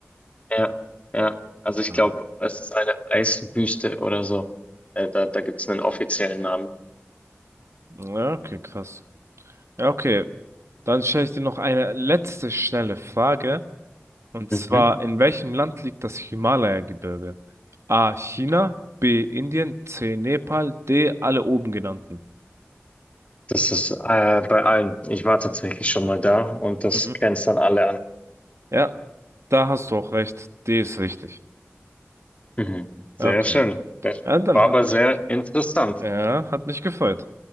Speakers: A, on the left; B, on the right.
A: Ja, ja. Also ich
B: Ja,
A: glaube, es ist eine Eiswüste oder so. Äh, da da gibt es einen offiziellen Namen.
B: Ja, okay, krass. Ja, okay, dann stelle ich dir noch eine letzte schnelle Frage. Und
A: Mhm.
B: zwar, in welchem Land liegt das Himalaya-Gebirge? A. China, B. Indien, C. Nepal, D. Alle oben genannten.
A: Das ist äh, bei allen. Ich war tatsächlich schon mal da und das
B: Mhm.
A: grenzt dann alle an.
B: Ja, da hast du auch recht. D ist richtig.
A: Mhm. Sehr
B: Okay.
A: schön. Sehr schön.
B: Ja, dann
A: War
B: hat
A: aber
B: mich,
A: sehr interessant.
B: ja, hat mich gefreut.